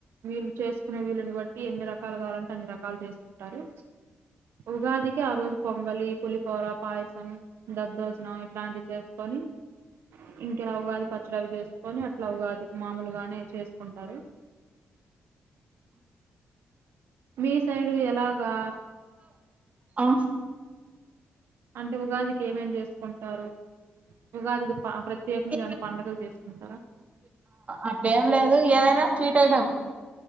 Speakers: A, on the right; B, on the right.
A: వీళ్ళు చేసుకునే వీళ్ళని బట్టి ఎన్ని రకాలు కావాలంటే అన్ని రకాలు చేసుకుంటారు ఉగాదికి ఆ రోజు పొంగలి పులిహోర పాయసం దద్దోజనం ఇట్లాంటివి చేసుకొని ఇంకెలా ఉగాది పచ్చడి అవి చేసుకొని అట్లా ఉగాదికి మామూలుగానే చేసుకుంటారు మీ సైడు ఎలాగా
B: ఆ
A: అంటే ఉగాదికి ఏమేం చేసుకుంటారు ఉగాదికి ప ప్రత్యేకంగా
B: వ
A: ఏమైనా పండుగలు చేసుకుంటారా
B: అట్ల ఏం లేదు ఏదైనా స్వీట్ ఐటెం